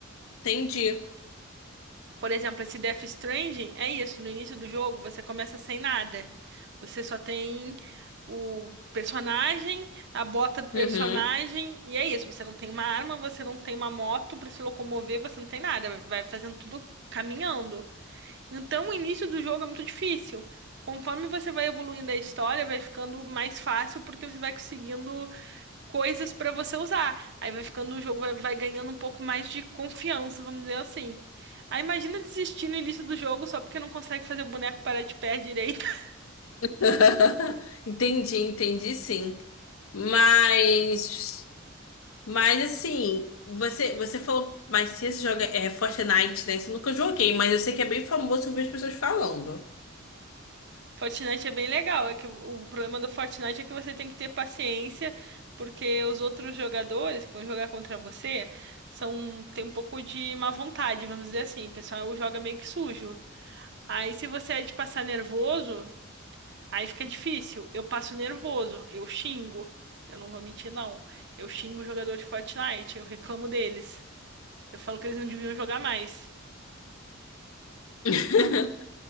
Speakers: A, on the left; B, on the right.
A: Entendi.
B: Por exemplo, esse Death Stranding é isso, no início do jogo você começa sem nada. Você só tem o personagem, a bota do personagem,
A: Uhum.
B: e é isso, você não tem uma arma, você não tem uma moto pra se locomover, você não tem nada, vai fazendo tudo caminhando. Então, o início do jogo é muito difícil. Conforme você vai evoluindo a história, vai ficando mais fácil porque você vai conseguindo coisas pra você usar. Aí vai ficando o jogo vai, vai ganhando um pouco mais de confiança, vamos dizer assim. Aí imagina desistir no início do jogo só porque não consegue fazer o boneco parar de pé direito. <laughs>
A: <laughs> Entendi, entendi sim. Mas. Mas assim, você, você falou, mas se você joga é, é Fortnite, né? Você nunca joguei, mas eu sei que é bem famoso ver as pessoas falando.
B: Fortnite é bem legal, é que o o problema do Fortnite é que você tem que ter paciência porque os outros jogadores que vão jogar contra você são tem um pouco de má vontade, vamos dizer assim. O pessoal joga meio que sujo. Aí, se você é de passar nervoso, aí fica difícil. Eu passo nervoso, eu xingo. Eu não vou mentir, não. Eu xingo o jogador de Fortnite, eu reclamo deles. Eu falo que eles não deviam jogar mais.
A: <laughs>